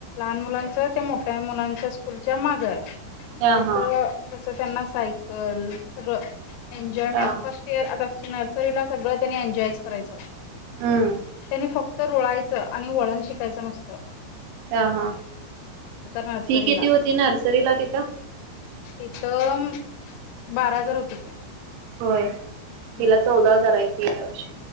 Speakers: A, on the left; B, on the right.
A: आन मुलांच त्या मोठ्या मुलांच्या स्कूलच्या माग ये
B: हा,
A: तिथं
B: हा.
A: त्यांना सायकल सगळ एजॉयमेंट
B: हा.
A: फस्ट इयर आता नर्सरीला सगळ त्यानी एनजॉयच करायचं
B: हं.
A: त्यानी फक तर रोळायचं आणि वळण शिकायचं नसतं.
B: हा हा
A: नर्सरीला
B: फी किती होती नर्सरीला तिथं?
A: तिथं बारा हजार होती.
B: होय
A: हम्म
B: तिला चौदा हजार आहे. फी या वर्षी